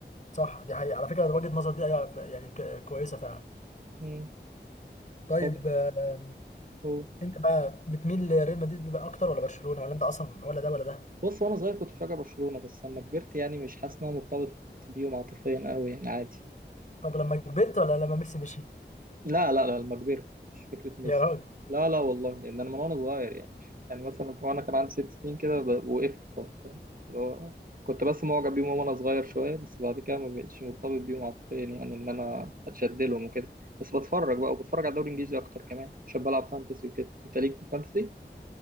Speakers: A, on the left; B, on the right.
A: صح دي حقيقه على فكره وجهه نظر دي أيوة، يعني ك- كويسه فعلا
B: مم.
A: طيب
B: طب
A: آه،
B: هو
A: انت بقى بتميل لريال مدريد بقى اكتر ولا برشلونه ولا انت اصلا ولا ده ولا ده
B: بص وانا صغير كنت بشجع برشلونه بس لما كبرت يعني مش حاسس ان انا مرتبط بيهم عاطفيا قوي يعني عادي
A: طب لما كبرت ولا لما ميسي مشي
B: لا لا لا لما كبرت مش فكرة ميسي
A: يا راجل
B: لا لا والله يعني أنا من وأنا صغير يعني يعني مثلا وأنا كان عندي ست سنين كده ب- وقفت خالص فاهم؟ اللي هو كنت بس معجب بيهم وأنا صغير شوية بس بعد كده ما بقتش مرتبط بيهم عاطفيا يعني إن أنا أتشد لهم وكده بس بتفرج بقى وبتفرج على الدوري الإنجليزي أكتر كمان عشان بلعب فانتسي وكده أنت ليك في الفانتسي؟